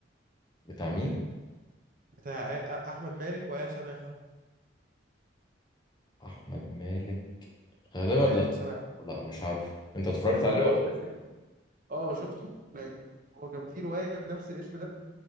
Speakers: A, on the left (about 25°); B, on the right (about 45°).
A: بتاع مين
B: بتاع آ- احمد مالك وآية سماحة
A: أحمد مالك غالبا
B: وآية
A: لا
B: سماحة
A: لا مش عارف أنت اتفرجت
B: لسه
A: عليه
B: انا هو لسه اه شفته كان- هو كان في روايه بنفس الاسم ده